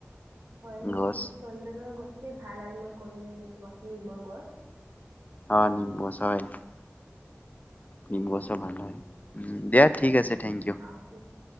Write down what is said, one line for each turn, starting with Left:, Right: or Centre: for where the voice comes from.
Right: হয় মোৰ
Left: গছ
Right: চন্দনৰ গছ ভাল আৰু মই ক'লো যোনো তোমাক নিমৰ গছ
Left: অ নিম গছ হয় নিম গছও ভাল হয় উ দিয়া ঠিক আছে। Thank you.
Right: অ ঠিক আছে